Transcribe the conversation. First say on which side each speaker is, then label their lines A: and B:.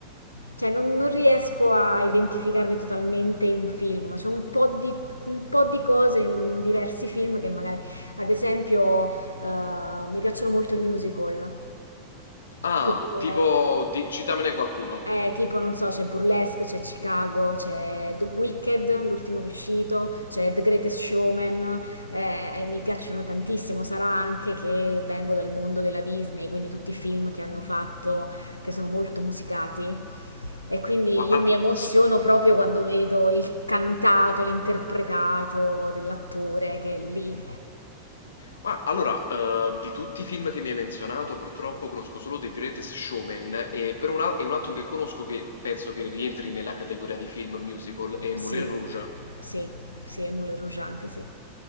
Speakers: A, on the left (about 85°); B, on the left (about 65°).
A: Cioè, non, non riesco a identificarmi totalmente in un film. C'è un po' di, un po' di cose in diversi film che magari, ad esempio, eh, mi piacciono molto i musical,
B: Ah,
A: tipo
B: tipo, di- citamene qualcuno.
A: eh, tipo, non so, c'è Burlesque, c'è Chicago, c'è The Wicked, l'ultimo che è uscito, c'è The Greatest Showman, eh, e mi piacciono tantissimo, sarà anche che vengo dal mondo della Disney, quindi tutti i film che hanno fatto, che sono molto musicati. E quindi
B: Gua-
A: io
B: al-
A: mi emoziono
B: s-
A: proprio quando vedo il cantato, l'interpretato dell'attore che è lì
B: gua- allora, eh, di tutti i film che mi hai menzionato, purtroppo conosco solo The Greatest Showman e per un, al- e un altro che conosco che penso che rientri nella categoria di film musical è
A: Sì,
B: Moulin Rouge.
A: sì, sì, è Moulin Rouge anche, sì.